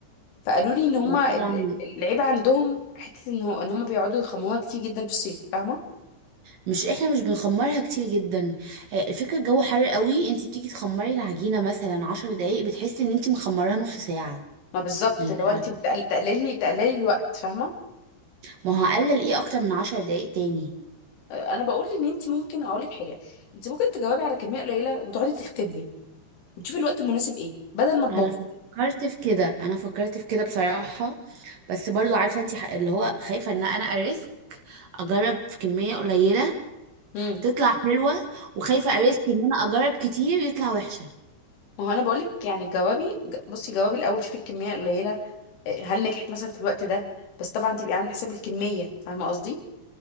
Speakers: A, on the left (about 75°); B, on the right (about 55°).
A: فقالوا لي ان هما
B: وطبعا
A: ال- ال- العيب عندهم حتة ان هو- ان هما بيقعدوا يخموها كتير جدا في الصيف فاهمة
B: مش احنا مش بنخمرها كتير جدا آه، الفكرة الجو حر قوي انت بتيجي تخمري العجينة مثلا عشر دقايق بتحسي ان انت مخمراها نص ساعة
A: ما بالظبط
B: من الحر
A: لو انت بتقل- تقللي تقللي الوقت فاهمة
B: ما هو هقلل ايه اكتر من عشر دقايق تاني
A: آه، انا بقول ان انت ممكن اقول لك حاجة انت ممكن تجاوبي على كمية قليلة وتقعدي تختبي وتشوفي الوقت المناسب ايه بدل ما تبوظي
B: انا فكرت في كده انا فكرت في كده بصراحة بس برضو عارفة انت ح- اللي هو خايفة ان انا اريسك اجرب في كمية قليلة
A: امم
B: تطلع حلوة وخايفة اريسك ان انا اجرب كتير يطلع وحشة
A: ما هو انا بقول لك يعني جوابي ج- بصي جوابي الاول شوفي الكمية القليلة آه، هل نجحت مثلا في الوقت ده بس طبعا تبقي عامله حساب الكمية فاهمة قصدي